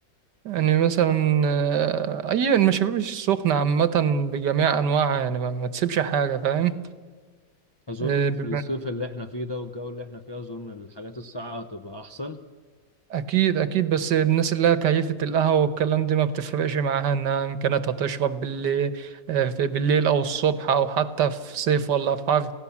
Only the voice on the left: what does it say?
اظن
في الصيف اللي احنا فيه ده والجو اللي احنا فيه اظن الحاجات الساقعه هتبقى احسن